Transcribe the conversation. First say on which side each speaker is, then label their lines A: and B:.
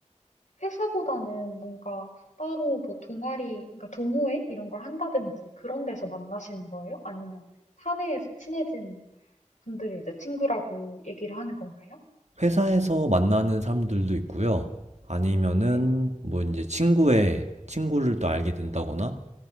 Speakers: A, on the left; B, on the right.
A: 회사보다는 뭔가 따로 뭐 동아리, 그러니까 동호회 이런 걸 한다든지 그런 데서 만나시는 거예요? 아니면 사내에서 친해진 분들이 이제 친구라고 얘기를 하는 건가요?
B: 회사에서 만나는 사람들도 있고요. 아니면은
A: 네.
B: 뭐 이제 친구의 친구를 또 알게 된다거나